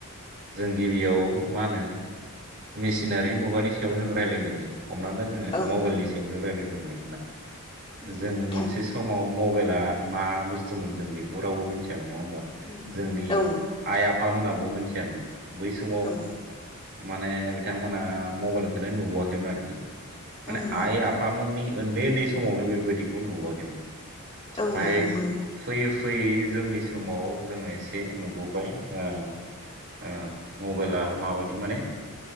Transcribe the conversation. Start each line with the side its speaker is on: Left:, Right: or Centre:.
Right: जों गिबियाव मा होनो मेसिनारिनि मुगानि सायाव जों रायलायगोरनि। हमनानै ला जोङो
Left: औ
Right: मबाइलनि सायाव जों रायलायगोरनि
Left: नंगौ
Right: जों
Left: नोंथां
Right: मोनसे समाव मबाइला मा बुस्थुमोन जों बेखौ रावबो मिथियामोन नङा होमबा
Left: मिथियामोन
Right: जोंनि
Left: औ
Right: आइ आ फामोनाबो मोनथियामोन बै समाव
Left: औ
Right: माने बिथांमोना मबाइलखौनो नुबोआखैमोन आरोखि माने
Left: उम
Right: आइ
Left: उम
Right: आफामोननि उन्दै उन्दै समावनो बेबायदिखौ नुवाखैमोन ओमफाय
Left: औ नंगौ नोंथां
Right: फैयै फैयै जोंनि समाव जोङो एसे नुबोबाय ओ ओ मबाइला माबायदि माने